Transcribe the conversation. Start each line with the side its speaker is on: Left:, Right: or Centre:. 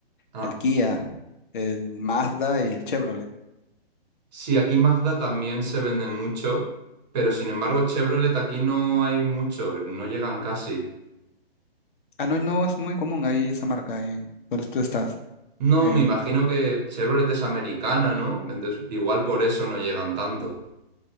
Right: Ah,
Left: el Kia, el Mazda y el Chevrolet.
Right: Sí, aquí Mazda también se vende mucho, pero sin embargo Chevrolet aquí no hay mucho, no llegan casi.
Left: Ah, no, no es muy común ahí esa marca ahí en donde tú estás.
Right: No,
Left: En,
Right: me imagino que Chevrolet es americana, ¿no? Entonces, igual por eso no llegan tanto.